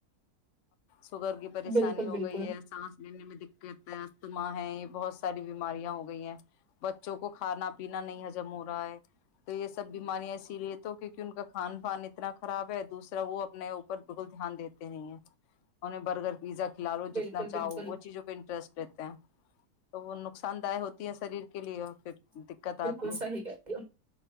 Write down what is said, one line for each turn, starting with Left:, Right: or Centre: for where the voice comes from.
Left: سگر کی پریشانی
Right: بالکل
Left: ہو
Right: بالکل
Left: گئی ہے سانس لینے میں دقت ہے ما ہے یہ بہت ساری بیماریاں ہو گئی ہیں بچوں کو کھانا پینا نہیں ہجم ہو رہا ہے تو یہ سب بیماریاں اسی لیے تو کیونکہ ان کا کھان پان اتنا خراب ہے دوسرا وہ اپنے اوپر بالکل دھیان دیتے نہیں ہیں انہ برگر پیزا کھلالو
Right: بالکل
Left: جتنا چاہو
Right: بالکل
Left: وہ چیزوں پہ انٹرسٹ رہتے ہیں تو وہ نقصان دہ ہوتی ہیں شریر کے لیے پھر دقت
Right: بالکل
Left: آتی ہے
Right: صحیح کہہ رہی